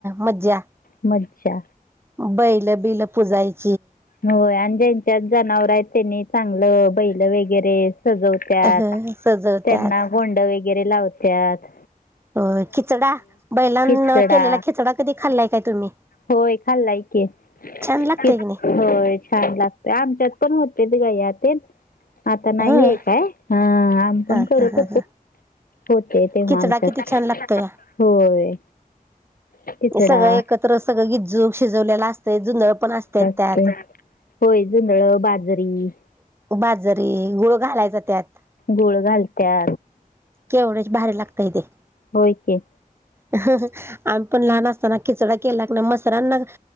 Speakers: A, on the right; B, on the left.
A: मज्जा
B: मज्जा
A: बैल बिल पुजायच
B: होय आणि ज्यांच्यात जनावर आहेत त्यांनी चांगलं बैल वगैरे सजवत्यात
A: अ सजवत्यात
B: त्यांना गोंड वगैरे लावतत
A: हो खिचडा बैलांना
B: खिचडा
A: केलेला खिचडा कधी खाल्लाय काय तुम्ही
B: होय खाल्लाय की होय
A: छान लागतय की नाही
B: छान लागतेय आमच्यात पण होते ते गयातेंन आता नाहीय
A: होय
B: काय ह पण
A: हा
B: करत
A: हा हा हा
B: होते तेव्हा
A: खिचडा
B: आमच्यात
A: किती छान लागतोय
B: होय खिचडा
A: सगळं एकत्र सगळं गिजूग शिजवलेलं असत जुंधळ पण असत्यात
B: ते
A: त्यात
B: होय जुंधल बाजरी
A: बाजरी गुळ घालायचा त्यात
B: गोळ घालत्या
A: तेवढ च भारी लागताये
B: होय की
A: आम्ही पण लहान असताना खिचडा केला ना मस्त सरांना